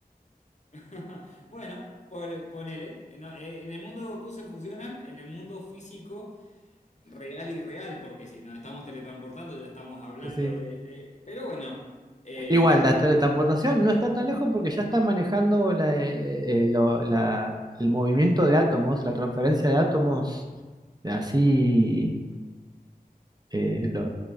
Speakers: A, on the left; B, on the right.
A: <laughs> Bueno, pone- ponele. En, en el mundo de Goku se fusionan, en el mundo físico. Real y real, porque si nos estamos teletransportando ya estamos hablando
B: Sí.
A: de... de- Pero bueno, eh,
B: Igual, la teletransportación no está tan lejos porque ya están manejando la, eh, eh, lo- la- el movimiento de átomos, la transferencia de átomos, así, eh, lo-